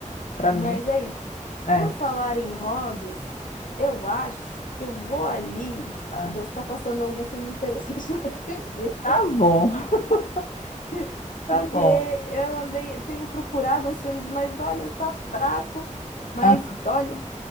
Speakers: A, on the left; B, on the left.
A: Para
B: Mas
A: mim,
B: é isso.
A: é.
B: Por falar em hobbies, eu acho que eu vou ali
A: Ah,
B: ver se tá passando algum filme interessante <laughs> na TV.
A: Tá bom, <laughs>
B: <laughs> porque
A: tá bom.
B: eu andei, eu tenho procurado uns filmes, mas olha, tá fraco. Mas
A: Ah,
B: olha,